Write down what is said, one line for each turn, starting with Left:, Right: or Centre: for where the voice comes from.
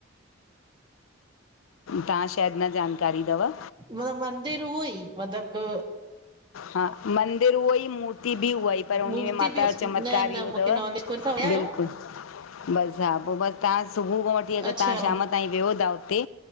Left: तां शेद न जानकारी तव?
Right: म मंदिर उहो ई मतिलबु
Left: हा मंदिर उहो ई मु र्ति बि उहाई पर उन्हीअ
Right: मूर्ति
Left: माता
Right: बि
Left: जो चमत्कार
Right: न न
Left: इहो
Right: मूंखे
Left: तव
Right: नॉलेज कोन तव्हां विया आहियो?
Left: बिल्कुल। बस हा पो बस तां सुबुह खां वठी अगरि
Right: अच्छा
Left: तां शाम ताईं वियो ता ते